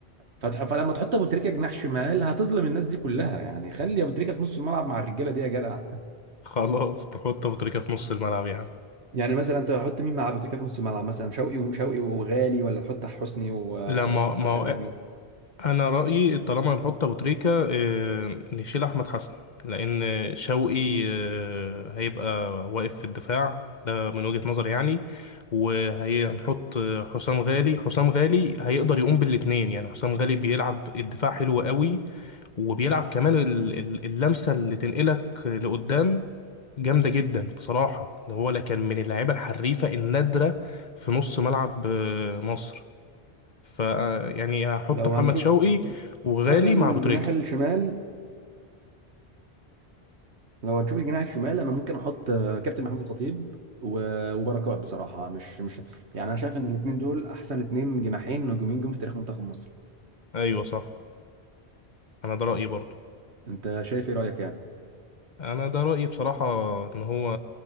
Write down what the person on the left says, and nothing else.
خلاص تحط ابو تريكه في نص الملعب يا عم
لا ما
ما
هو
انا رايي طالما هنحط ابو تريكه آه، نشيل احمد حسن لان شوقي آه، هيبقى واقف في الدفاع ده من وجهه نظري يعني وهنحط حسام غالي حسام غالي هيقدر يقوم بالاتنين يعني حسام غالي بيلعب الدفاع حلو قوي وبيلعب كمان ال- ال- اللمسة اللي تنقلك لقدام جامدة جدا بصراحة ده هو لا كان من اللعيبة الحريفة النادرة في نص ملعب آه، مصر ف آه، يعني هحط
محمد
شوقي وغالي
مع أبو تريكة
أيوة صح أنا ده رأيي برضو
أنا ده رأيي بصراحة إن هو